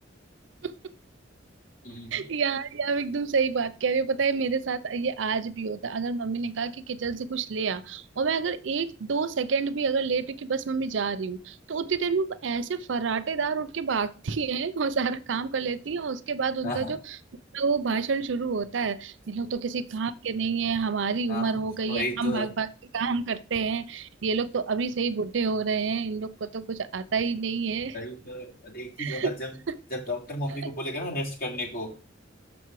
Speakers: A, on the right (about 70°); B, on the left (about 50°).
A: <laughs>
B: हम्म,
A: यार ये आप एकदम सही बात कह रहे हो पता है मेरे साथ ये आज भी होता है अगर मम्मी ने कहा कि किचन से कुछ ले आ और मैं अगर एक दो सेकंड भी अगर लेट हुई कि बस मम्मी जा रही हूँ तो उतनी देर में वो ऐसे फर्राटेदार उठ के भागती <laughs> है और सारा काम कर लेती है और उसके बाद उनका
B: हाँ हाँ
A: जो पूरा वो भाषण शुरू होता है ये लोग तो किसी काम के नहीं है हमारी
B: हाँ,
A: उम्र हो गई
B: वही
A: है
B: तो
A: हम भाग भाग के काम करते हैं ये लोग तो अभी से ही बूढ़े हो रहे हैं इन लोग को तो कुछ आता ही नहीं
B: वही तो और एक चीज
A: है
B: और जब
A: <laughs>
B: जब डॉक्टर
A: वो
B: मम्मी को बोलेगा ना रेस्ट करने को